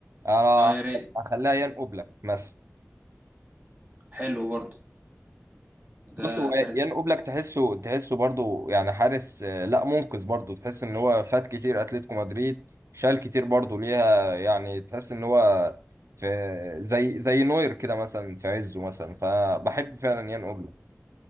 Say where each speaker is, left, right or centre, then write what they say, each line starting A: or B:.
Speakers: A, on the right; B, on the right.
A: انا
B: أه يا ريت
A: هخليها يان اوبلاك مثلا
B: حلو برضه ده
A: بص هو
B: حارس
A: يان اوبلاك تحسه تحسه برضو يعني حارس آه، لا منقذ برضو تحس ان هو فات كتير اتلتيكو مدريد شال كتير برضو ليها يعني تحس ان هو في زي زي نوير كده مثلا في عزه مثلا فبحب فعلا يان اوبلاك